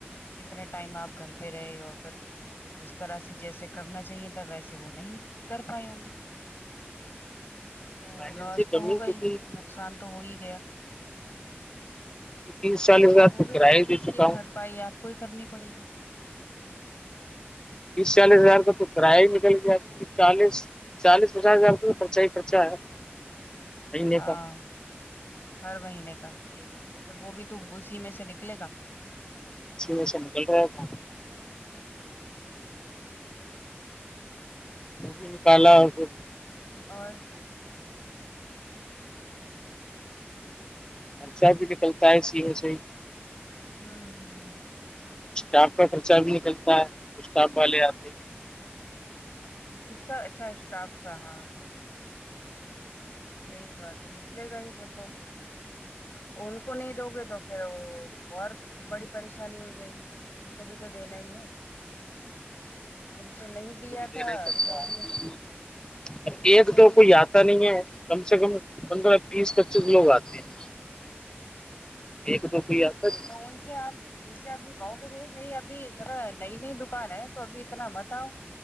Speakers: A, on the left; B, on the left.
A: کتنے ٹائم آپ گھر پہ رہے آفر اس طرح سے جیسے کرنا چاہیے تھا ویسے وہ نہیں کر پائے ہوں گے تو
B: فائنینشلی
A: لوس تو
B: کمی
A: ہو گا
B: کیونکہ
A: ہی نقصان تو ہو ہی گیا
B: کیونکہ تیس چالیس
A: نقصان
B: ہزار
A: ہو
B: تو
A: گیا
B: کرایہ
A: لیکن
B: دے
A: اس کی
B: چکا ہوں
A: بھرپائی آپ کو ہی کرنی پڑے گی
B: بییس چالیس ہزار کا تو کرایہ ہی نکل جیا چالیس چالیس پچاس ہزار رپ تو خرچہ ہی خرچا ہے
A: <inaudible>
B: مہینے
A: ہاں
B: کا
A: ہر مہینے کا صحیح بات ہے پھر وہ بھی تو اسی میں سے نکلے گا
B: سینے سے نکل رہے ہے تھا وہ بھی نکالا اور پھر
A: اور
B: خرچہ بھی نکلتا ہے سی وے سے ہی
A: ہوں ہوں ہوں
B: اسٹاف کا خرچہ بھی نکلتا ہے تو اسٹاف والے آتے ہیں
A: کس کا اچھا اسٹاف تھااں سی بات ہے نکلے گا ہی وہ تو ان کو نہیں دو گے تو پھر اور بڑی پریشانی ہو جائے گی ان کو بھی تو دینا ہی ہے ان کو نہیں دیا تھا
B: دین ہی پڑتا
A: تو
B: ہے
A: بھی دقت
B: ایک
A: ہو
B: تو
A: گئی
B: کوئی
A: تھی
B: یاد اا نہیں ہے کم سے کم پندرہ بیس پچیس لوگ آتے ہیں ایک تو کوئی آتاج
A: کون سے آپ میچے ابھی کہو گ ب میری ابھیذرا نئی نئی دکان ہے تو ابھی اتنا مت آؤ